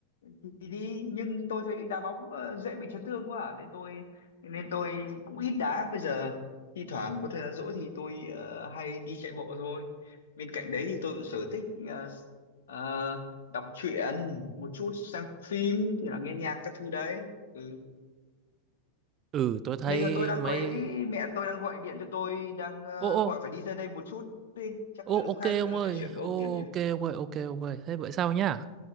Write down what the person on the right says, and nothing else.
ừ tôi thấy
mấy
ô
ô
ô
ok
ông
ơi
ô,
ok ông ơi ok ông ơi thế vậy sao nhá